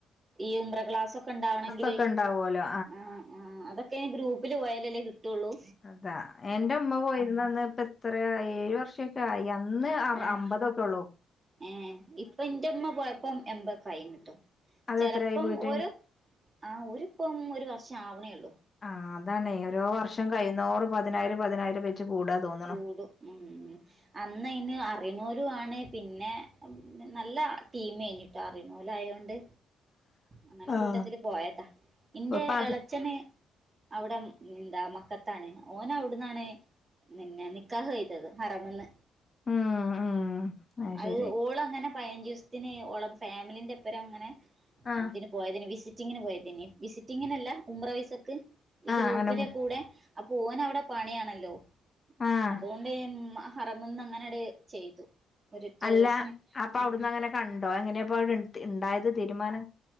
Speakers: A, on the right; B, on the left.
A: ഈ ഉംറ ക്ലാസൊക്കെണ്ടാവണമെങ്കില
B: ഒക്കെ ഉണ്ടാവുമല്ലോ
A: ആഹ് ആഹ് അതൊക്കെ ഗ്രൂപ്പില് പോയാലല്ലേ കിട്ടൊള്ളൂ
B: അതാ എന്റെ അമ്മ പോയിരുന്നന്ന് ഇപ്പത്രെയായി ഏഴ് വർഷ ക്കായി. അന്ന് അറ്
A: ഏ
B: അമ്പതൊക്കൊള്ളൂ
A: ഏഹ് ഇപ്പം ഇന്റെമ്മ പോയപ്പം എമ്പതൊകായിഞ്ഞ്ട്ടോ.
B: അതെത്രയായി
A: ചെലപ്പം
B: പോയിട്ട്
A: ഒരു ആഹ് ഓരിപ്പം ഒരു വർഷാവ്ണേയൊള്ളൂ
B: ആഹ് അതാണെയ്. ഓരോ വർഷം കൈയുന്തോറൂം പതിനായിരം പതിനായിരം വെച്ച് കൂടാ തോന്ന്
A: കൂടും. ഹ്മ്മ് അന്ന് അന്ന് ഇഞ്ഞേ അറിണോലു ആണ്. പിന്നെ നല്ല ടീമേഞ്ഞിട്ടോ അറിണോലായോണ്ട്
B: <inaudible>
A: അങ്ങനെ
B: ആഹ്
A: കൂട്ടത്തില് പോയതാ. ഇന്റെ
B: ഇപ്പ അത്
A: എളച്ചന് അവിടം എന്താ മക്കത്താണ്. ഓന് അവിട്ന്നാണ് പിന്നെ നിക്കാഹ് കഴിഞ്ഞത് ഹറമിന്ന്.
B: ഉം ഉം
A: അത്
B: ശരി
A: ഓളങ്ങനെ പയിനഞ്ചിസത്തിന് ഓളെ ഫാമിലിന്റെപ്പരം ഇങ്ങനെ
B: ആഹ്
A: ഇതിന് പോയതെനി വിസിറ്റിങ്ങിന് പോയതിന്. വിസിറ്റിങ്ങിനല്ല ഉമ്പ്ര വിസക്ക്‌ ഈ
B: ആഹ്
A: ഗ്രൂപ്പിന്റെ
B: അങ്ങനെ പോ
A: കൂടെ അപ്പോ ഓനവിടെ പണിയാണല്ലോ.
B: ആഹ്
A: അതുകൊണ്ട് ആഹ് ഹറമ്ന്ന് അങ്ങനെട് ചെയ്തു. ഒരൊറ്റ
B: അല്ല
A: ദിവസം
B: അപ്പ അവുട്ന്ന്
A: ഉം
B: അങ്ങനെ കണ്ടോ എങ്ങനെപ്പൊ അവ്ട് ഇണ്ടായത് തീരുമാനം